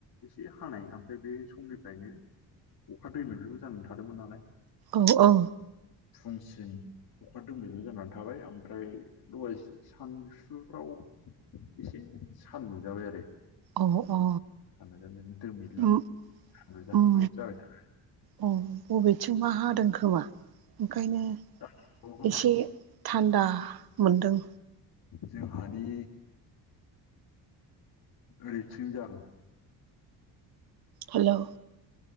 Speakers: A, on the left; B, on the right.
A: एसे हानाय ओमफ्राय बे समनिफ्रायनो अखा दैलो लो जानानै थादोंमोन नालाय।
B: औ औ।
A: फुंसिम अखा दोमैलु जानानै थाबाय ओमफ्राय दहायसो सानसुफ्राव एसे सान नुजाबाय आरो।
B: औ अ अ
A: सान नुजाहां दोमैलु
B: उम
A: सान नुजाहां
B: उम
A: बेबायदि जाबाय था
B: अ बबेथिंबा हादों खोमा, ओंखायनो
A: थानानै जानो खोमा
B: इसे थान्दा मोनदों।
A: जोंहादि ओरैथिं जान
B: हेलौ।